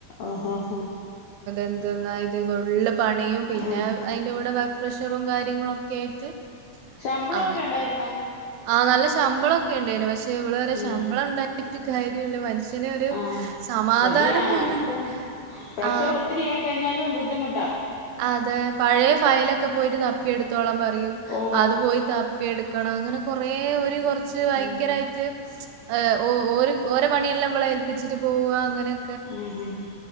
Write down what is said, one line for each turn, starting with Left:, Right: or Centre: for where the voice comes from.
Left: ഓഹഹ
Right: എന്തെന്ന ഇത് ഫുൾ പണിയും പിന്നെ
Left: ഉം
Right: അതിൻ്റെ കൂടെ വ പ്രഷറും കാര്യങ്ങളൊക്കെയ ആയിട്ട്
Left: ശമ്പളൊക്കെ
Right: ആ
Left: ഉണ്ടായിുന്നോ
Right: ആ നല്ല ശമ്പളം ഓക്കെ ഉണ്ടായിന് പക്ഷേ പക്ഷ ഇവടെ വ
Left: ഉം
Right: ശമ്പളം ഉണ്ടായിട്ട് കാര്യില്ല മനുഷ്യന ഒരു
Left: ആഹ്
Right: സമാധാനം
Left: ശരിയാ
Right: വേണം
Left: നമുക്ക് പ്രഷർ
Right: ആ
Left: ഒത്തിരി ആയി കഴിഞ്ഞാലും ബുദ്ധിമുട്ടാ
Right: അതെ പഴയ ഫയലൊക്കെ പോയി തപ്പി എടുത്തോളം പറ
Left: ഓ
Right: അതു പോയി തപ്പിയ എടുക്ക ണം അങ്ങനെ കുറേ ഒരു കു കു ഭയങ്കരായിട്ട്
Left: ഉം
Right: <unintelligible> ഓ പണിയെല്ലാം ഇള ഏൽപ്പിച്ചിട്ട് പോവ അങ്ങനെ <unintelligible>
Left: ഉം ഹഹ ഹ